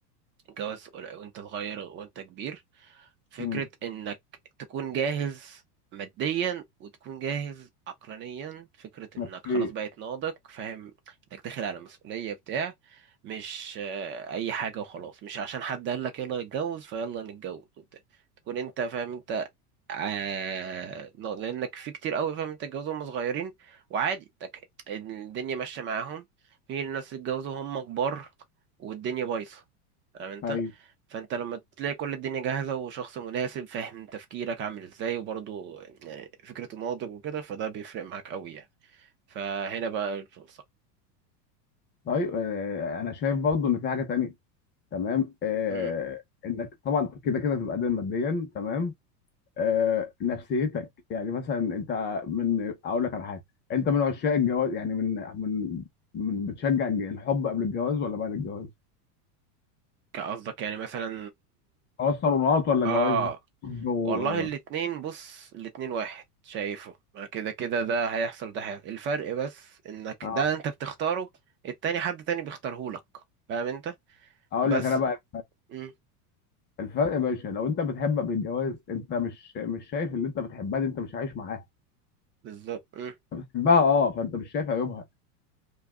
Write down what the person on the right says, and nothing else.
الجواز ولا- وانت صغير وانت كبير فكرة
انك تكون جاهز ماديا وتكون جاهز عقلانيا فكرة
انك خلاص بقيت ناضج فاهم انك داخل على مسؤولية بتاع مش آه، اي حاجة وخلاص مش عشان حد قال لك يلا نتجوز فيلا نتجوز وبتاع تكون انت فاهم انت آه نا- لانك في كتير قوي فاهم انت اتجوزوا هم صغيرين وعادي انك الدنيا ماشية معاهم في ناس اتجوزوا هم كبار والدنيا بايظة فاهم انت
فانت لما تلاقي كل الدنيا جاهزه وشخص مناسب فاهم تفكيرك عامل ازاي وبرضه يعني فكرته ناضج وكده فده بيفرق معاك قوي يعني فهنا بقى الفرصه
امم
قصدك يعني مثلا
اه
والله الاتنين بص الاتنين واحد شايفه ما كده كده ده هيحصل ده هيحصل الفرق بس انك
ده انت بتختاره التاني حد تاني بيختارهولك فاهم انت
بس
امم
بالظبط امم